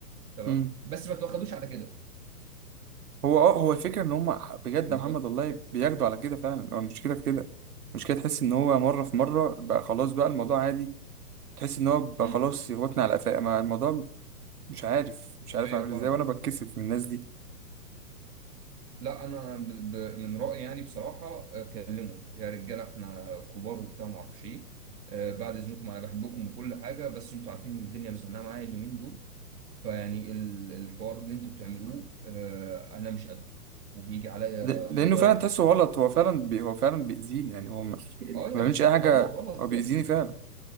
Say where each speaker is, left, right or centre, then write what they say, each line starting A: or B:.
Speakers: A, on the right (about 80°); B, on the right (about 70°).
A: تمام
B: امم
A: بس ما تواخدوش على كده
B: هو اه هو الفكره ان هم بجد
A: ما
B: يا محمد
A: تواخد
B: والله بياخدوا على كده فعلا هو المشكله في كده المشكله تحس ان هو مره في مره بقى خلاص بقى الموضوع عادي تحس ان هو بقى
A: امم
B: خلاص يغوتنا على قفاه ما الموضوع مش عارف مش عارف
A: ايوه
B: اعمل
A: فاهم
B: ازاي وانا بتكسف من الناس دي
A: لا انا ب... ب- من رايي يعني بصراحه آه، كلمهم يا رجاله احنا كبار وبتاع ما اعرفش ايه آه، بعد اذنكم انا بحبكم وكل حاجه بس انتوا عارفين ان الدنيا مزنقه معايا اليومين دول فيعني ال- الحوار اللي انتوا بتعملوه آه، انا مش قده وبيجي عليا
B: ل-
A: بضرر
B: لانه فعلا تحسه
A: وبتاع
B: غلط هو فعلا بي هو فعلا بيأذيني يعني هو ما ما
A: اه يا
B: بيعملش
A: باشا
B: اي حاجه
A: ما هو غلط
B: هو
A: فعلا
B: بيأذيني فعلا